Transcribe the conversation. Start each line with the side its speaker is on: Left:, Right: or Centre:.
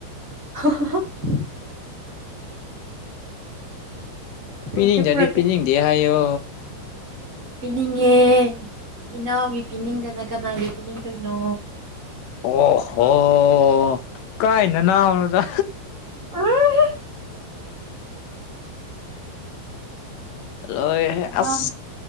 Right: ꯍ <unintelligible> ꯄꯨꯔꯛꯀꯦ
Left: ꯄꯤꯅꯤꯡꯗꯗꯤ
Right: ꯄꯨꯔꯛꯀꯦ
Left: ꯄꯤꯅꯤꯡꯗꯦ ꯍꯥꯏꯌꯣ
Right: ꯄꯤꯅꯤꯡꯉꯦ ꯏꯅꯥꯎꯒꯤ ꯄꯤꯅꯤꯡꯗꯅ ꯀꯅꯥꯒꯤ ꯄꯤꯅꯤꯡꯗꯣꯏꯅꯣ
Left: ꯑꯣꯍꯣ ꯀꯥꯏ ꯅꯅꯥꯎꯅꯣꯗꯥ
Right: ꯑ <unintelligible>
Left: ꯂꯣꯏꯔꯦꯍꯦ
Right: ꯏꯅꯥꯎ
Left: ꯑꯁ